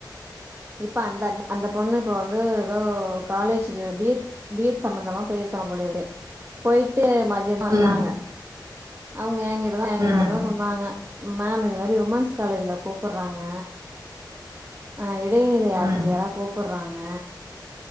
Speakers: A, on the right; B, on the right.
A: இப்ப அந்த அந்த பொண்ணு இப்ப வந்து எதோ காலேஜுக்கு பீட் வீட் சம்பந்தமா போயிருக்கா போலயிருக்கு. போய்ட்டு ம மதியமா வந்தாங்க.
B: ம்
A: அவங்க ஏங்கிட்ட தா ஏங்கிட்ட
B: ம்
A: மட்டுந்தா சொன்னாங்க. மேம் இது மாரி உமென்ஸ் காலேஜ்ல கூப்பட்றாங்க அ இடைநிலை
B: ம்
A: ஆசிரியரா கூப்பட்றாங்க